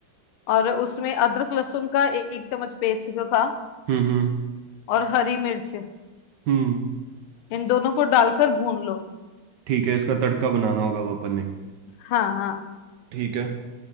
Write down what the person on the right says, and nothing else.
हम्म हम्म
हम्म
ठीक है इसका तड़का बनाना होगा अब अपन ने
ठीक है